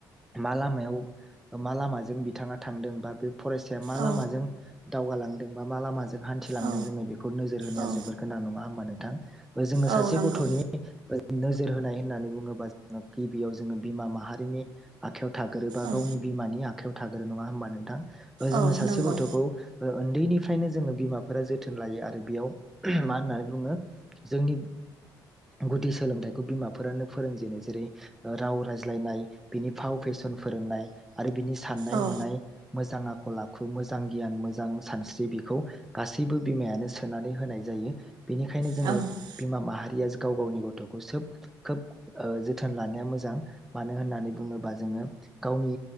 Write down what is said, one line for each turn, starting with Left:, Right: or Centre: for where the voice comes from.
Centre: मा लामायाव ओम मा लामाजों बिथाङा थांदों बा बे फरायसाया मा
Right: औ
Centre: लामाजों दावगालांदों बा मा लामाजों हान्थिलांदों
Right: औ
Centre: जोङो बेखौ खौ नोजोर होनाया
Right: औ
Centre: जोबोर गोनां नङा होमबा नों थां ओ-जोङो
Right: औ
Centre: सासे
Right: नंगौ
Centre: गथ'नि ओ- नोजोर होनाय होननानै बुङोबा जोंङो गिबियाव जोङो बिमा माहारिनि आखाइयाव। थाग्रोबा
Right: औ
Centre: गावनि बिमानि आखाइयाव थाग्रो नङा होमबा नोंथां? ओ-जोङो
Right: औ
Centre: सासे
Right: नंगौ
Centre: गथ'खौ ओ-ओन्दैनिफ फायनो जोङो बिमाफोरा जोथोन लायो आरो बेयाव मा होननानै बुङो जोंनि गुदि सोलोंथाइखौ बिमाफोरानो फोरोंजेनो जेरै राव रायज्लायनाय बिनि फाव फेसन फोरोंनाय। आरो बिनि साननाय
Right: औ
Centre: हनाय मोजां आख खल आखु मोजां गियान मोजां सानस्रि बिखौ गासैबो बिमायानो सोनानै होनाय जायो। बिनिखायनो जोङो
Right: औ
Centre: बिमा माहारि दिएस गाव गावनि गथ'खौ सोब खोब ओ- जोथोन लानाया मोजां। मानो होननानै बुङोबा जोङो। गावनि